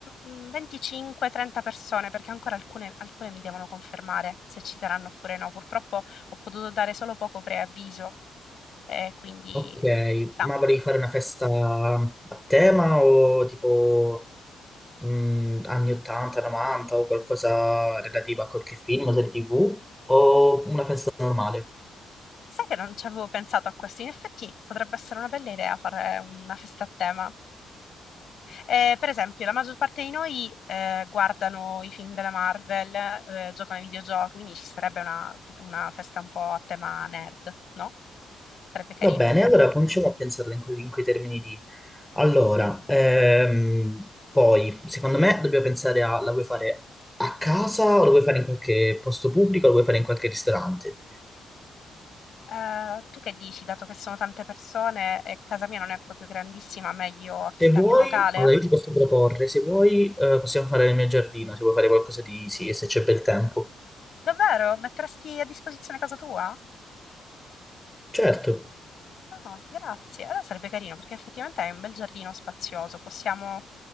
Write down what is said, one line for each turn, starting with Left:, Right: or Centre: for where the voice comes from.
Left: mm, 25-30 persone, perché ancora alcune, alcune mi devono confermare se ci saranno oppure no. Purtroppo ho potuto dare solo poco preavviso, eh, quindi
Centre: Ok,
Left: ci sta.
Centre: ma volevi fare una festa a tema o tipo mh, anni 80, 90 o qualcosa relativo a qualche film o serie TV o una festa normale?
Left: Sai che non ci avevo pensato a questo? In effetti potrebbe essere una bella idea fare una festa a tema. Eh, per esempio, la maggior parte di noi eh, guardano i film della Marvel, eh, giocano ai videogiochi, quindi ci sarebbe una una festa un po' a tema nerd, no? Sarebbe carino.
Centre: Va bene, allora cominciamo a pensarla in, que- in quei termini lì. Allora, ehm, poi, secondo me dobbiamo pensare a, la vuoi fare a casa o la vuoi fare in qualche posto pubblico o la vuoi fare in qualche ristorante?
Left: Eh, tu che dici, dato che sono tante persone e casa mia non è proprio grandissima, meglio affittare
Centre: Se vuoi,
Left: un locale?
Centre: allora io ti posso proporre, se vuoi, eh, possiamo fare nel mio giardino, se vuoi fare qualcosa di sì, se c'è bel tempo.
Left: Davvero? Metteresti a disposizione casa tua?
Centre: Certo.
Left: No, grazie. Allora sarebbe carino perché effettivamente è un bel giardino spazioso. Possiamo